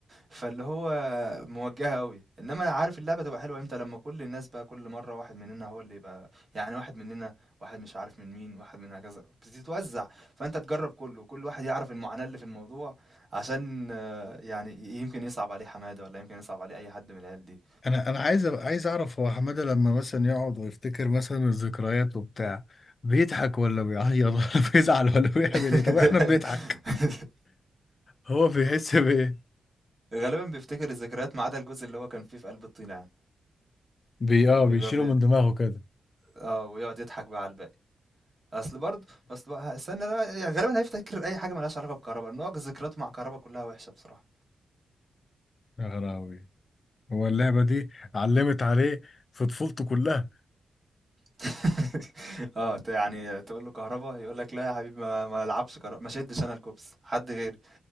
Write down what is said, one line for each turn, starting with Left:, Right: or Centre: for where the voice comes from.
Right: فاللي هو موجّهة أوي، إنّما عارف اللعبة تبقى حلوة إمتى؟ لمّا كل الناس بقى كل مرّة واحد مننا هو اللي يبقى يعني واحد مننا، واحد مش عارف من مين، واحد من هكذا، بتتوزّع، فأنت تجرّب كُلّه وكل واحد يعرف المعاناة اللي في الموضوع عشان آه، يعني ي يمكن يصعب عليه حمادة والّا يمكن يصعب عليه أي حد من العيال دي.
Left: انا انا عايز أ- عايز اعرف هو حماده لما مثلا يقعد ويفتكر مثلا الذكريات وبتاع بيضحك ولا بيعيط ولا <laughs> بيزعل ولا بيعمل
Right: <laughs>
Left: ايه طب احنا بنضحك هو بيحس بايه
Right: غالبًا بيفتكر الذكريات ما عدا الجزء اللي هو كان فيه في قلب الطينة يعني،
Left: بي
Right: وبيبقى
Left: اه بيشيله
Right: ب
Left: من دماغه كده
Right: آه، ويقعد يضحك بقى على الباقي، أصل برضه أصل بقى استنى بقى يعني غالبًا هيفتكر أي حاجة ما لهاش علاقة بكهربا، لأن هو ذكرياته مع كهربا كلها وحشة بصراحة.
Left: يا غراوي هو اللعبه دي علمت عليه في طفولته كلها
Right: <laughs> آه، ت يعني تقول له كهربا يقول لك لا يا حبيبي ما ما العبش كهربا، ما شدش أنا الكوبس، حد غيري،